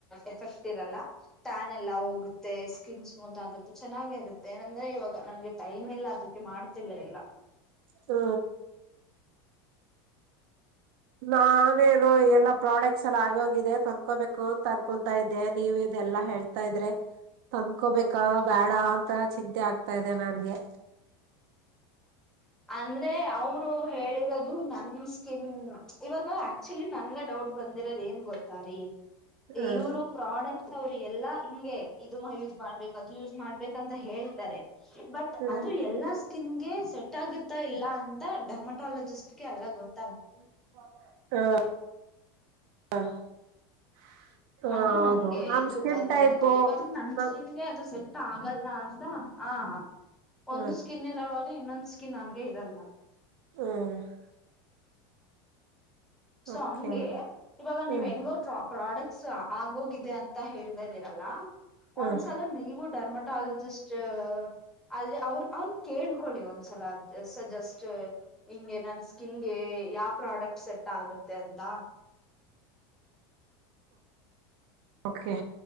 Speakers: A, in the centre; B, on the right (about 65°).
A: ಎಫೆಕ್ಟ್ ಇರಲ್ಲಾ ಟ್ಯಾನ ಎಲ್ಲಾ ಹೋಗುತ್ತೆ ಸ್ಕಿನ್ ಸ್ಮೂತ್ ಆಗತ್ ಚೆನ್ನಾಗೆ ಇರುತ್ತೆ ಏನಂದ್ರೆ ಇವಾಗ ನನ್ಗೆ ಟೈಮ್ ಇಲ್ಲಾ ಅದಕ್ಕೆ ಮಾಡ್ತಿಲ್ಲ ಎಲ್ಲಾ
B: ಹಾ ನಾನೇನೊ ಎಲ್ಲಾ ಪ್ರಾಡಕ್ಟ್ಸ್ ಎಲ್ಲ ಆಗಿ ಹೋಗಿದೆ ತಂದ್ಕೋಬೇಕು ಅಂತ ಅನ್ಕೊತಾ ಇದ್ದೆ ನೀವ ಇದೆಲ್ಲ ಹೇಳ್ ತಾ ಇದ್ರೆ ತಂದ್ಕೋಬೇಕಾ ಬ್ಯಾಡಾ ಅಂತ ಚಿಂತೆ ಆಗ್ತಾ ಇದೆ ನನ್ಗೆ.
A: ಅಂದ್ರೆ ಅವರು ಹೇಳಿರೋದು ನನ್ ಕಿನ್ ಇವಾಗ ಆಕ್ಚುಲಿ ನನ್ಗ ಡೌಟ್ ಬಂದಿರೋದ ಏನ್ ಗೊತ್ತಾರಿ
B: ಹ್ಮ
A: ಇವ್ರು ಪ್ರಾಡಕ್ಟ್ಸ್ ಅವ್ರ ಎಲ್ಲಾ ಹಿಂಗೆ ಇದು ಯೂಸ್ ಮಾಡ್ಬೇಕ್ ಅದು ಯೂಸ್ ಮಾಡ್ಬೇಕಂತ ಹೇಳ್ತಾರೆ ಬಟ್
B: ಹ್ಮ್
A: ಅದು ಎಲ್ಲಾ ಸ್ಕಿನ್ ಗೆ ಸೆಟ್ ಸೆಟ್ಟಾಗುತ್ತಾ ಇಲ್ಲಾ ಅಂತ ಡರ್ಮಟಾಲಜಿಸ್ಟ್ ಗೆ ಎಲ್ಲಾ ಗೊತ್
B: <inaudible> ಹ್ಮ. <unintelligible>
A: ಅದು
B: ಹೌದು
A: ನಂಗೆ
B: ನಮ್
A: ಇದು
B: ಸ್ಕಿನ್
A: ಬಂದಿರೋದು
B: ಟೈಪು
A: ಇವಾಗ ನನ್
B: ನಮ್
A: ಸ್ಕಿನ್ ಗೆ ಅದು ಸೆಟ್ ಟ್ ಆಗಲ್ಲ ಅಂತ ಆ
B: ಹ್ಮ್
A: ಒಂದು ಸ್ಕಿನ್ ಇರವಾಗ ಇನ್ನೊಂದು ಸ್ಕಿನ್ ಹಂಗೆ ಇರಲ್ಲಾ
B: ಹ್ಮ್ಹೂ.
A: ಸೊ
B: ಓಕೆ
A: ಹಂಗೆ ಇವಾಗ ನೀವ್
B: ಹ್ಮ್
A: ಹೆಂಗೋ ಟ್ರಾಪ್ ಪ್ರಾಡಕ್ಟ್ಸ್ ಆಗೋಗಿದೆ ಅಂತ ಹೇಳ್ತಾ ಇದ್ದೀರಲ್ಲ
B: ಹ್ಮ್
A: ಒಂದ್ಸಲ ನೀವು ಡರ್ಮ ಟಾಲಜಿಸ್ಟ್ ಅಲ್ಲಿ ಅವ್ರ ಅವರನ್ನ ಕೇಳ್ಕೊಳ್ಳಿ ಒಂದ್ಸಲ ಸ್ ಜಸ್ಟ್ ಹಿಂಗೆ ನನ್ ಸ್ಕಿನ್ ಗೆ ಯಾವ ಪ್ರಾಡಕ್ಟ್ ಸೆಟ್ ಆಗುತ್ತೆ ಅಂತ.
B: ಓಕೆ.